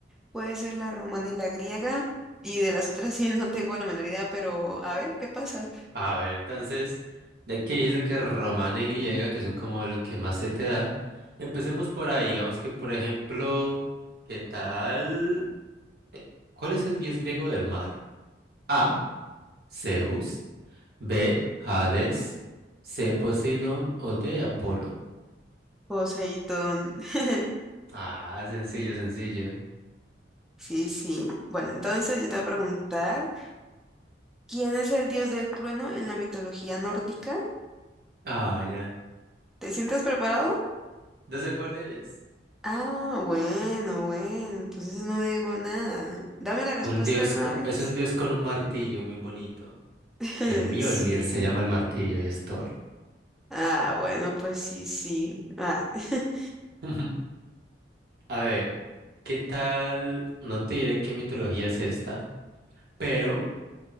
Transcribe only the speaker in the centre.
puede ser la romana y la griega, y de las otras <laughs> sí no tengo la menor idea, pero a ver, ¿qué pasa?
Poseidón. <laughs>
Sí, sí. Bueno, entonces yo te voy a preguntar, ¿quién es el dios del trueno en la mitología nórdica?
¿Te sientes preparado?
Ah, bueno, bueno, entonces no digo nada. Dame la respuesta
de una
vez.
<laughs>
Sí.
Ah, bueno, pues sí, sí. Ah. <laughs>